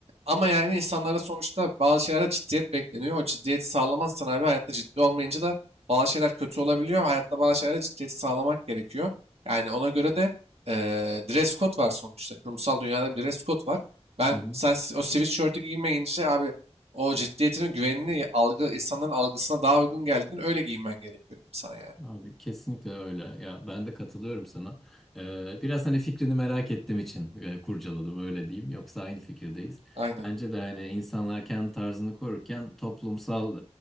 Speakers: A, on the right (about 60°); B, in the centre.
A: Ama yani insanlarda sonuçta bazı şeylerde ciddiyet bekleniyor. O ciddiyeti sağlamazsan abi hayatta ciddi olmayınca da bazı şeyler kötü olabiliyor. Hayatta bazı şeylerde ciddiyeti sağlamak gerekiyor. Yani ona göre de e, dress code var sonuçta. Kurumsal dünyada bir dress code var. Ben
B: Hı hı.
A: sen si- o sweatshirt'ü giymeyince abi o ciddiyetinin güvenini algı insanların algısına daha uygun geldiğinden öyle giyinmen gerekiyor diyeyim sana yani.
B: Abi kesinlikle öyle. Ya ben de katılıyorum sana. Ee, biraz hani fikrini merak ettiğim için e, kurcaladım öyle diyeyim. Yoksa aynı fikirdeyiz.
A: Aynen.
B: Bence de hani insanlar kendi tarzını korurken toplumsal